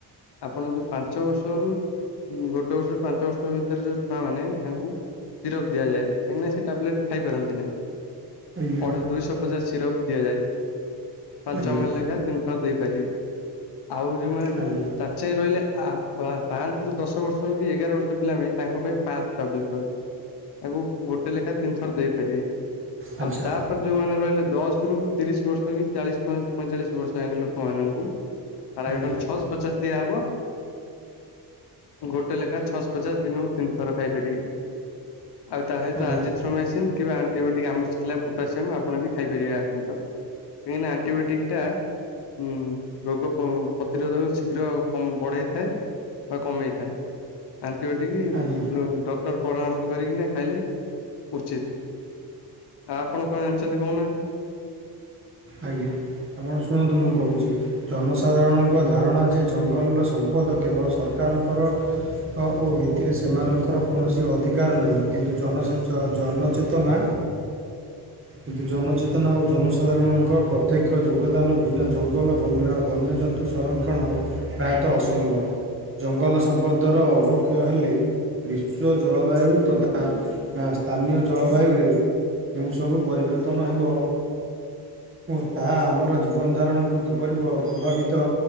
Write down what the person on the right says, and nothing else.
ଆଜ୍ଞା
ଆଜ୍ଞା
ଆଜ୍ଞା ଆଜ୍ଞା
ଆଚ୍ଛା
ଆଜ୍ଞା
ଆଜ୍ଞା
ଆଜ୍ଞା
ଆଜ୍ଞା ଆପଣ ଶୁଣନ୍ତୁ ମୁଁ କୋହୁଚି। ଜନସାଧାରଣଙ୍କ ଧାରଣା ଯେ ଜଙ୍ଗଲର ସମ୍ପଦ କେବଳ ସରକାରଙ୍କର। ତ ଓ ଏଥିରେ ସେମାନଙ୍କର କୌଣସି ଅଧିକାର ନାହିଁ କିନ୍ତୁ ଜନସେଚ ଜନଚେତନା କିନ୍ତୁ ଜନଚେତନା ଓ ଜନସାଧାରଣ ଙ୍କ ପ୍ରତ୍ୟକ୍ଷ ଯୋଗଦାନ ବିନା ଜଙ୍ଗଲ ବନ୍ୟା ବନ୍ୟଜନ୍ତୁ ସଂରକ୍ଷଣ ପ୍ରାୟେତଃ ଅସମ୍ଭବ। ଜଙ୍ଗଲ ସମ୍ପଦର ଅବକ୍ଷୟ ହେଲେ ବିଶ୍ୱ ଜଳବାୟୁ ତଥା ନା ସ୍ଥାନୀୟ ଜଳବାୟୁରେ କେଉଁ ସବୁ ପରିବର୍ତ୍ତନ ହେବ ଓ ତାହା ଆମର ଜୀବନ ଧାରଣକୁ କିପରି ପ୍ର-ପ୍ରଭାବିତ